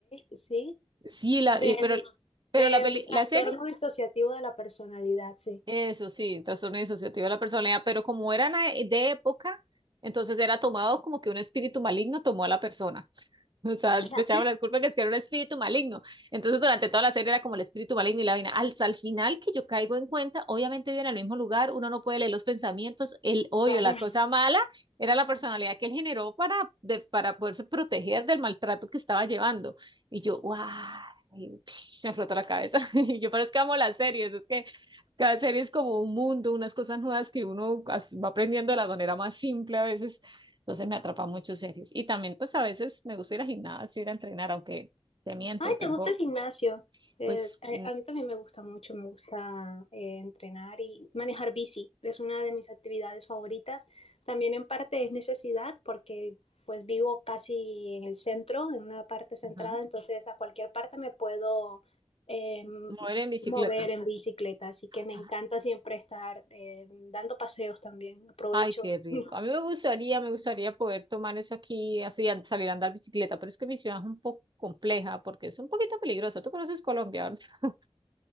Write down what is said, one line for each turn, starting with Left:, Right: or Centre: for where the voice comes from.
Left: sí.
Right: sí, la,
Left: Del
Right: y- pero, pero
Left: em,
Right: la, peli-
Left: trastorno
Right: la serie
Left: disociativo de la personalidad, sí.
Right: Eso sí, trastorno disociativo de la personalidad, pero como eran a- de época, entonces era tomado como que un espíritu maligno tomó a la persona. <laughs> O sea,
Left: Ajá,
Right: le echaban la culpa que es que era un espíritu maligno. Entonces, durante toda la serie era como el espíritu maligno y la vaina. Al, al final que yo caigo en cuenta, obviamente vive en el mismo lugar, uno no puede leer los pensamientos, el odio,
Left: claro.
Right: la cosa mala, era la personalidad que él generó para, de- para poderse proteger del maltrato que estaba llevando. Y yo, ¡guau! y, <sniffs> me flotó la cabeza. <laughs> Y yo, pero es que amo las series, es que cada serie es como un mundo, unas cosas nuevas que uno as- va aprendiendo de la manera más simple a veces. Entonces me atrapa mucho series. Y también pues a veces me gusta ir al gimnasio, ir a entrenar, aunque te miento,
Left: Ay,
Right: tengo
Left: ¿te gusta el gimnasio? Eh,
Right: pues mm,
Left: a, a mí también me gusta mucho, me gusta eh, entrenar y manejar bici. Es una de mis actividades favoritas. También en parte es necesidad porque pues vivo casi en el centro, en una parte centrada,
Right: ajá,
Left: entonces a cualquier parte me puedo eh,
Right: mover en bicicleta.
Left: mover en bicicleta. Así que me
Right: Ah,
Left: encanta siempre estar eh, dando paseos también. Aprovecho.
Right: Ay, qué rico.
Left: <laughs>
Right: A mí me gustaría, me gustaría poder tomar eso aquí, así, an- salir a andar bicicleta, pero es que mi ciudad es un poco compleja porque es un poquito peligrosa. Tú conoces Colombia, ¿verdad? <laughs>